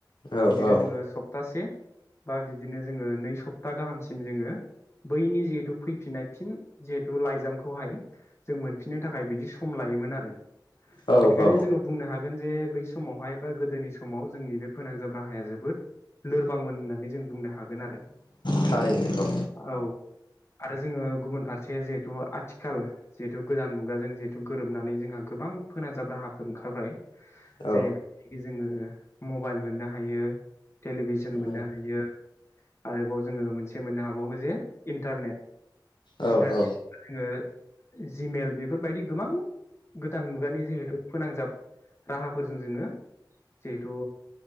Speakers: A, on the left; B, on the left.
A: औ
B: बिदिनो जोङो सप्तासे बा बिदिनो जोङो नै सप्ता गाहामसिम जोङो बैनि जिहेथु फैफिननाय फिन जिहेथु लाइजामखौहाय जों मोनफिननो थाखाय बिदि सम लायोमोन आरो
A: औ
B: बेनिखायनो
A: औ
B: जोङो बुंनो हा -गोन जे बै समावहाय बा गोदोनि समाव जोंनि बे फोनांजाब राहाया जोबोद लोरबांमोन होननानै जों बुंनो हागोन आरो
A: थारैनो
B: औ आरो जोङो गुबुन फारसे जिहेथु आथिखाल जिहेथु गोदान मुगाजों जिहेथु गोरोबनानै जोंहा गोबां फोनांजाब राहाफोर ओंखारबाय
A: औ
B: जेरैबायदि जोङो म- -बाइल मोननो हायो टेलिभिसन
A: औ
B: मोननो हायो आरोबाव जोङो मोनसे मोननो हाबावो जे इन्टारनेट
A: औ
B: इन्टारनेट
A: औ
B: जों जोङो जिमेल बेफोरबायदि गोबां गोदान मुगानि जिहेथु फोनांजाब राहाफोरजों जोङो जिहेथु